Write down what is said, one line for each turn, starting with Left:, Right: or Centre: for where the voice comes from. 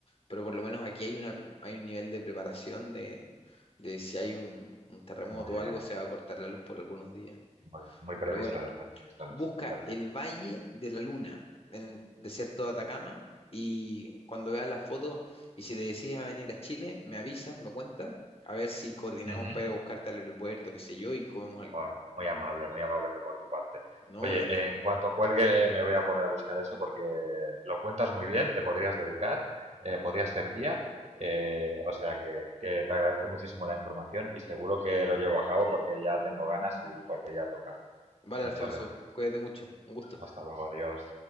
Left: pero por lo menos aquí hay una, hay un nivel de preparación de, de si hay un, un terremoto
Right: Muy bien.
Left: o algo, se va a cortar la luz por algunos días.
Right: Muy, muy previsores,
Left: Pero bueno,
Right: muy previsores.
Left: busca
Right: Perfecto.
Left: el Valle de la Luna en el desierto de Atacama. Y cuando veas las fotos y si te decides a venir a Chile, me avisas, me cuentas, a ver si coordinamos
Right: Ujú.
Left: para ir a buscarte al aeropuerto, qué sé yo, y comemos algo.
Right: Bueno, muy amable, muy amable por tu parte.
Left: No,
Right: Oye,
Left: de qué.
Right: en cuanto cuelgue me voy a poner a buscar eso porque lo cuentas muy bien, te podrías dedicar, eh, podrías ser guía, eh, o sea que, que te agradezco muchísimo la información y seguro que lo llevo a cabo porque ya tengo ganas y porque ya toca.
Left: Vale,
Right: Muchas
Left: Alfonso,
Right: gracias.
Left: cuídate mucho. Un gusto.
Right: Hasta luego, adiós.